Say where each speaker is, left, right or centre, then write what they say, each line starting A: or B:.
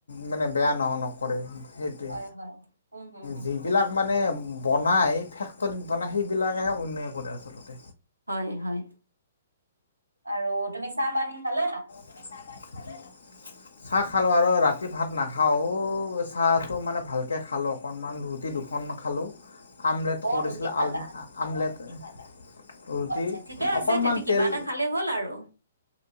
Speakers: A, on the left (about 75°); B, on the right (about 85°).
A: মানে বেয়া ন নকৰে সেইটোৱে
B: হয় হয় উম হুম হুম
A: যিবিলাক
B: হুম
A: মানে বনায় ফেক্টৰীত বনায় সেইবিলাকেহে অন্যায় কৰে আচলতে।
B: হয়, হয়, আৰু তুমি চাহ পানী খালা।
A: পেচা বাট ভালে ন <unintelligible> চাহ খালো, আৰু ৰাতি ভাত নাখাওঁ চাহটো মানে ভালকৈ খালো অকণমান ৰুট ৰুটী দুখন খালো আমলেট কৰিছিলে
B: ৰুটি খালা
A: আল আমলেট। ৰুটি
B: আচ্ছা ঠিকে আছে
A: অকণমান
B: তেতিয়া কিবা
A: তেল
B: এটা খালেই হ'ল আৰু